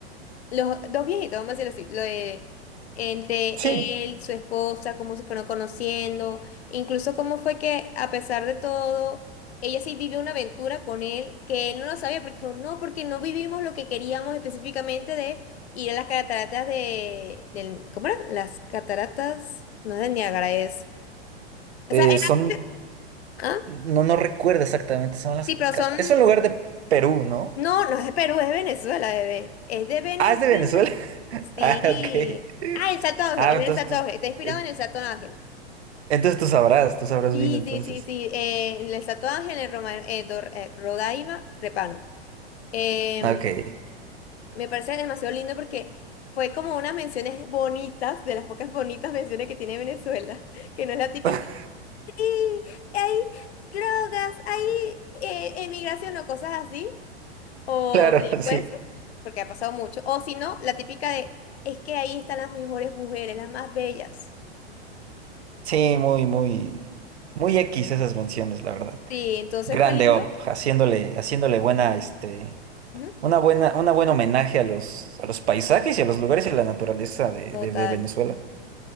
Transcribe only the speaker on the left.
Los dos viejitos, vamos a decirlo así, lo de, entre
él, su esposa, cómo se fueron conociendo, incluso cómo fue que a pesar de todo, ella sí vivió una aventura con él que él no lo sabía porque dijo, no, porque no vivimos lo que queríamos específicamente de ir a las cataratas de, del, ¿cómo era? Las cataratas, no es de Niágara, es, o
sea, era,
¿ah?
Sí, pero
son,
no, no es de Perú, es de Venezuela, bebé, es de Venezuela.
Sí.
Ah, el Santo Ángel,
es
del Santo
Ángel, está inspirado
en el Santo Ángel.
Sí,
sí, sí, sí. eh, en el Santo Ángel, en Roma, eh, Dor- eh, Rodaima, Repano. Em,
me parece demasiado lindo porque fue como unas menciones bonitas, de las pocas bonitas menciones que tiene Venezuela, <laughs> que no es la típica.
"Sí, hay drogas, hay eh, emigración o cosas así, o
delincuencia,
porque ha pasado mucho. O si no, la típica de, es que ahí están las mejores mujeres, las más bellas.
Sí, entonces
fue lindo.
Ujú,
Total.